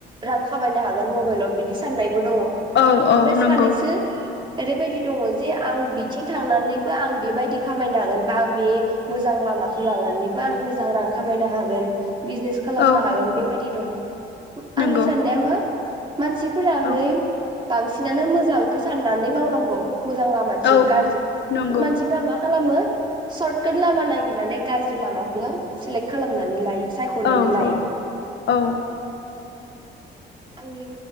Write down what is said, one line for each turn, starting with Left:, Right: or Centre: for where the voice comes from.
Right: रां खामायनो हागोन मबाइलाव बिदि साननायबो दङ ओमफ्राय
Left: औ औ नंगौ
Right: सानैसो ओरैबायदि दङ जे आं बिथिं थांनानैबो आं बेबायदि खामायनो हागोन बा आं बे मोजां लामाखौ लानानैबो आं मोजां रां खामायनो हागोन बिजनेस खालामनो
Left: औ
Right: हागोन बेबायदि दङ
Left: नंगौ
Right: आंनि साननाया मा मानसिफोराहाय
Left: औ
Right: बांसिनानो मोजांखौ साननानै मावनांगौ मोजां लामाथिं
Left: औ
Right: गाज्रि
Left: नंगौ
Right: मानसिफोरा मा खालामो शर्ट काट लामा नायागिरनानै गाज्रि लामाखौ सेलेक्ट खालामनानै लायो सायख'नानै
Left: औ
Right: लायो
Left: औ औ
Right: आंनि